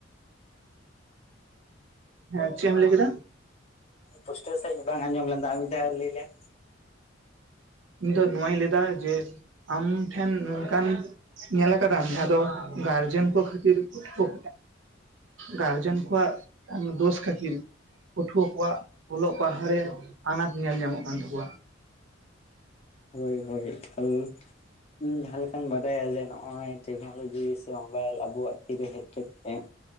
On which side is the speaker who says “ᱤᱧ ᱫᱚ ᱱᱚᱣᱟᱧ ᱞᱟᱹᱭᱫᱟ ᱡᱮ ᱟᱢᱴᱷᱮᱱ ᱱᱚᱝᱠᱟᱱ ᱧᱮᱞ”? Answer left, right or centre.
Right